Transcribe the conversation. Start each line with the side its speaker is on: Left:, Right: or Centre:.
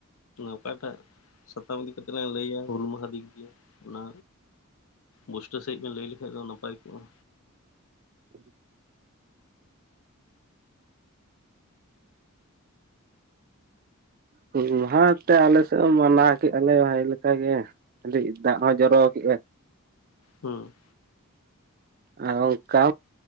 Left: ᱚᱠᱟᱴᱟᱜ ᱥᱟᱛᱟᱢ ᱤᱫᱤ ᱠᱟᱛᱮᱜ ᱞᱟᱝ ᱞᱟᱹᱭᱟ ᱦᱩᱞ ᱢᱟᱦᱟ ᱫᱤᱱ ᱱᱤᱭᱮ ᱚᱱᱟ ᱵᱩᱥᱴᱟᱹ ᱥᱟᱺᱦᱤᱡ ᱵᱮᱱ ᱞᱟᱹᱭ ᱞᱮᱠᱷᱟᱱ ᱫᱚ ᱱᱟᱯᱟᱭ ᱠᱚᱜᱼᱟ᱾
Right: ᱦᱩᱸ ᱦᱩᱞ ᱢᱟᱦᱟᱸ ᱛᱮ ᱟᱞᱮ ᱥᱮᱫ ᱮᱢ ᱢᱟᱱᱟᱣ ᱠᱮᱜᱟᱞᱮ ᱵᱷᱟᱜᱮ ᱞᱮᱠᱟ ᱜᱮ ᱠᱟᱴᱤᱡ ᱫᱟᱜ ᱦᱚᱸ ᱡᱚᱨᱚ ᱠᱮᱫᱼᱟ᱾
Left: ᱦᱮᱸ
Right: ᱟᱨ ᱚᱱᱠᱟ